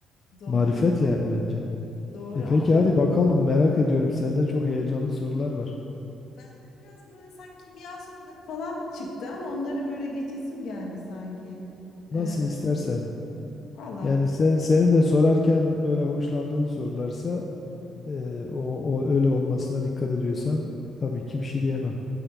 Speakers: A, on the left; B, on the left.
A: doğru.
B: marifet yani bence.
A: Doğru
B: E peki
A: ama
B: hadi bakalım merak ediyorum. Sende çok heyecanlı sorular var.
A: bende biraz böyle sanki kimya soruları falan çıktı ama onları böyle geçesim geldi sanki.
B: Nasıl
A: Ee,
B: istersen.
A: valla
B: Yani sen senin de sorarken böyle hoşlandığın sorularsa e, o, o öyle olmasına dikkat ediyorsan tabii ki bir şey diyemem.